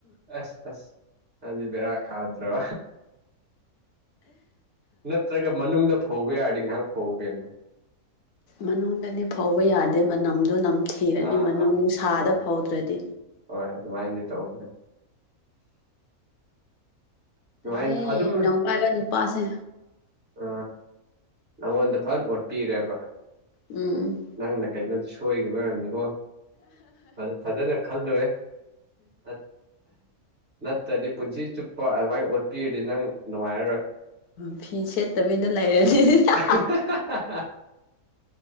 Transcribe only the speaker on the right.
ꯑꯁ ꯑꯁ ꯑꯗꯨꯗꯤ ꯕꯦꯔꯥ ꯀꯥꯗ꯭ꯔꯣ ꯅꯠ ꯇ꯭ꯔꯒ ꯃꯅꯨꯡꯗ ꯐꯧꯕ ꯌꯥꯔꯗꯤ ꯉꯥꯏꯍꯥꯛ ꯐꯧ ꯀꯩꯅꯣ꯫
ꯑꯥ
ꯑꯥ
ꯍꯣꯏ
ꯍꯣꯏ ꯑꯗꯨꯃꯥꯏꯅꯗꯤ ꯇꯧꯕꯅꯦ꯫ ꯗꯨꯃꯥꯏꯟ
ꯑꯗꯨꯝ
ꯑ꫰ ꯅꯪꯉꯣꯟꯗ ꯐꯟ ꯑꯣꯠꯄꯤꯔꯦꯕ꯫
ꯅꯪꯅ ꯀꯩꯅꯣꯗꯤ ꯁꯣꯏꯒꯤꯕꯩ ꯑꯣꯏꯔꯝꯅꯤꯀꯣ꯫ ꯐꯖ ꯐꯖꯅ ꯈꯜꯂꯨꯍꯦ ꯑꯥꯠ ꯅꯠꯇꯗꯤ ꯄꯨꯟꯁꯤ ꯆꯨꯞꯄ ꯑꯗꯨꯃꯥꯏ ꯑꯣꯠꯄꯤꯔꯗꯤ ꯅꯪ ꯅꯨꯡꯉꯥꯏꯔꯔꯣꯏ꯫
<unintelligible>